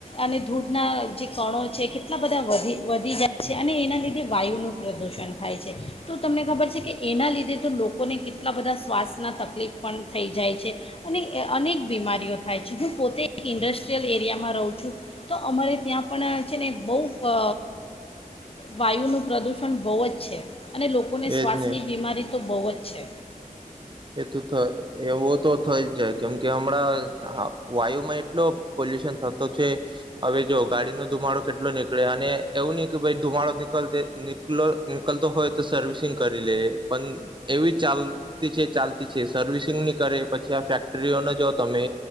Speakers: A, on the left; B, on the right.
A: અને ધૂધના જે કણો છે કેટલા બધા વધી વધી જાય છે અને એના લીધે વાયુનું પ્રદૂષણ થાય છે, તો તમને ખબર છે કે એના લીધે તો લોકોને કેટલા બધા શ્વાસના તકલીફ પણ થઈ જાય છે, અને અનેક બીમારીઓ થાય છે હું પોતે એક ઇન્ડસ્ટ્રીયલ એરિયામાં રહું છું. તો અમારે ત્યાં પણ છે ને બહુ અ વાયુનું પ્રદૂષણ બહુ જ છે. અને લોકોને શ્વાસની
B: એજ ને
A: બીમારી તો બહુ જ. છે.
B: એ તો થ એવો તો થઈ જ જાય કેમ કે હમણાં વાયુમાં એટલો પોલ્યુશન થતો છે, હવે જો ગાડીનો ધુમાડો કેટલો નીકળે અને એવું નહી કે ભાઈ ધુમાડો નીકળ ની નીકળતો હોય તો સર્વિસિંગ કરે. લે પણ એવી ચાલ તી છે ચાલતી. છે સર્વિસિંગ ની કરે, પછી આ ફેક્ટરીઓને જ તમે,